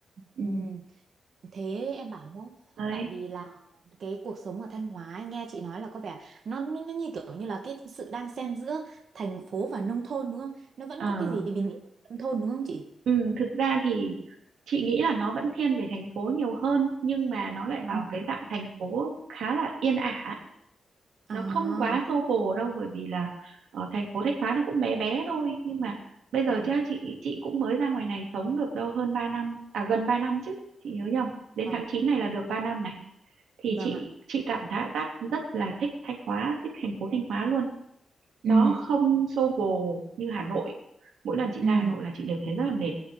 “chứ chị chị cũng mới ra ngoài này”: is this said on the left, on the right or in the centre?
Right